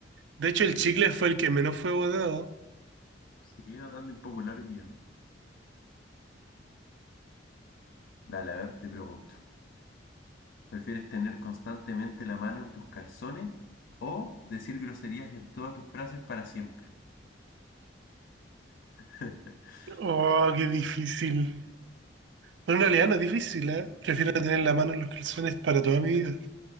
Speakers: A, on the right; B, on the left.
A: De hecho,
B: sí,
A: el chicle fue el que menos fue votado.
B: sí, andando impopular hoy día. Dale, a ver, te pregunto, ¿prefieres tener constantemente la mano en tus calzones o decir groserías en todas tus frases para siempre? <laughs>
A: Oh, qué difícil. Pero en realidad no es difícil, ¿eh? Prefiero tener la mano en los calzones para toda mi vida.